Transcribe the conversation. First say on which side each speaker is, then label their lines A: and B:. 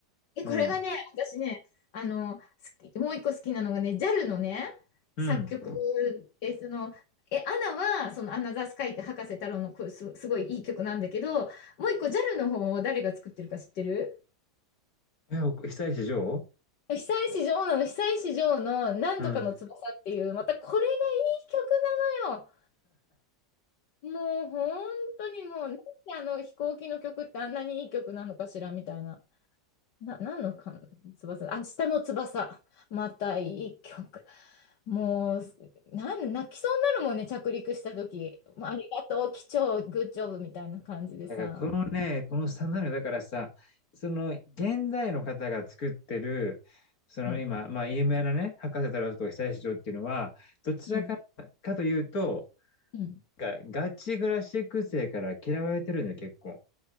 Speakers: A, on the left; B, on the left.
A: え、
B: うん。
A: これがね、私ね、あの、好き、もう一個好きなのがね、JAL のね、
B: うん。
A: 作曲で、その、え、アナは、その、アナザースカイって葉加瀬太郎のこす、すごいいい曲なんだけど、もう一個 JAL の方を誰が作ってるか知ってる
B: え、お久石譲
A: 久石譲なの、久石譲のなんとかの翼っていう、
B: うん。
A: またこれがいい曲なのよ。もう本当にもう、なんであの飛行機の曲ってあんなにいい曲なのかしらみたいな。な、何のか、翼、明日の翼。またいい曲。もう、なん、泣きそうになるもんね、着陸した時。もうありがとう、機長、グッジョブみたいな感じでさ。
B: だからこのね、このスタンダードだからさ、その現代の方が作ってる、その今、
A: うん、
B: まあ、有名なね、博士太郎とか久石譲っていうのは、どちらか、
A: うん、
B: かというと、
A: うん。
B: がガチクラシック生から嫌われてるんだよ、結構。